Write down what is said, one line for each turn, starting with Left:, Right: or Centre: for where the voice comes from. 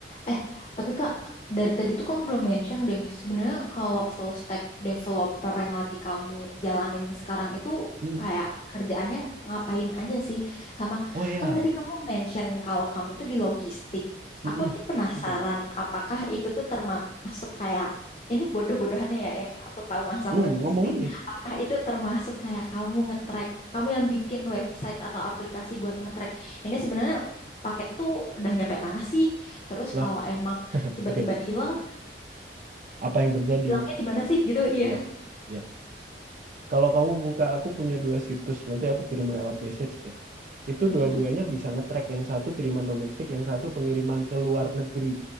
Left: Eh, tapi Kak, dari tadi tuh kamu belum mention deh. Sebenarnya kalau full stack developer yang lagi kamu jalanin sekarang itu
Right: Mm.
Left: kayak kerjaannya ngapain aja sih? Sama
Right: Oh ya,
Left: kan tadi kamu mention kalau kamu tuh di logistik.
Right: Mm-mm.
Left: Aku tuh penasaran
Right: betul.
Left: apakah itu tuh termasuk kayak ini bodoh-bodohannya ya yang aku tahu masalah
Right: Mm,
Left: logistik.
Right: ngomong aja.
Left: Apakah itu termasuk kayak kamu ngetrack, kamu yang bikin website atau aplikasi buat ngetrack. Ini sebenarnya paket tuh udah nyampe mana sih? Terus
Right: loh
Left: kalau emang tiba-tiba
Right: oke.
Left: hilang,
Right: Apa yang terjadi?
Left: hilangnya di mana sih gitu? Iya.
Right: Ya, ya. Kalau kamu buka, aku punya dua situs, nanti aku kirim lewat message deh. Itu
Left: Mhm.
Right: dua-duanya bisa nge-track, yang satu kiriman domestik, yang satu pengiriman ke luar negeri.